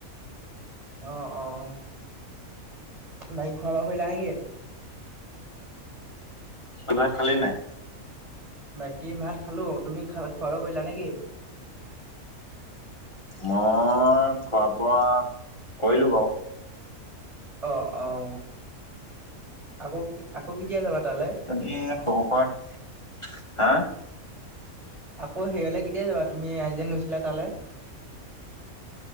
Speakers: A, on the right; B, on the left.
A: অ', অ' বাকী খোৱা বোৱা কৰিলা নেকি?
B: ভাত খালী নে নাই?
A: বাকী ভাত খালো, তুমি খ খুৱা বোৱা কৰিলা নেকি?
B: মই খোৱা বোৱা কৰিলো বাৰু।
A: অঁ অঁ আকৌ, আকৌ কেতিয়া যাবা তালে।
B: এনে কৰবাত হা
A: আকৌ হেৰিয়লে কেতিয়া যাবা, তুমি আৰ্জেণ্ট গৈছিলা তালে,